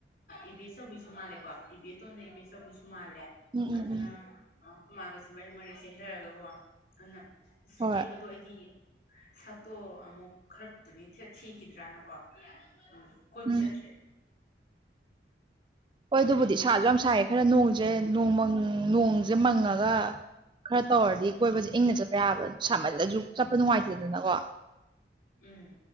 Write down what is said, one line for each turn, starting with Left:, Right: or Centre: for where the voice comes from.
Left: ꯏꯕꯦꯆꯧꯕꯤꯁꯨ ꯃꯥꯜꯂꯦꯀꯣ ꯏꯕꯦꯇꯣꯟꯗ ꯏꯕꯦꯆꯧꯕꯤꯁꯨ ꯃꯥꯜꯂꯦ
Right: ꯎꯝ
Left: ꯑꯗꯨꯅ
Right: ꯎꯝ ꯎꯝ
Left: ꯍꯨꯃꯥꯡꯒꯁꯤꯦ ꯃꯛ ꯃꯔꯤꯛ ꯆꯦꯟꯊꯔꯒꯀꯣ ꯑꯗꯨꯅ
Right: ꯍꯣꯏ
Left: ꯀꯦ ꯇꯣ ꯑꯩꯗꯤ ꯁꯛꯇꯣ ꯑꯃꯨꯛ ꯈꯔ ꯊꯤꯈꯤꯗ꯭ꯔꯥꯅꯀꯣ ꯎ ꯀꯣꯏꯕ
Right: ꯎꯝ
Left: ꯆꯠꯇ꯭ꯔꯦ
Right: ꯍꯣꯏ ꯑꯗꯨꯕꯨꯗꯤ ꯁꯥꯁꯨ ꯌꯥꯝ ꯁꯥꯏꯌꯦ ꯈꯔ ꯅꯣꯡꯁꯦ ꯅꯣꯡ ꯃꯪ ꯅꯣꯪꯁꯦ ꯃꯪꯉꯒ ꯈꯔ ꯇꯧꯔꯗꯤ ꯀꯣꯏꯕꯁꯦ
Left: ꯎꯝ
Right: ꯏꯪꯅ ꯆꯠꯄ ꯌꯥꯕ ꯁꯥꯃꯜꯂꯁꯨ ꯆꯠꯄ ꯅꯨꯡꯉꯥꯏꯇꯦꯗꯅꯀꯣ
Left: ꯎꯝ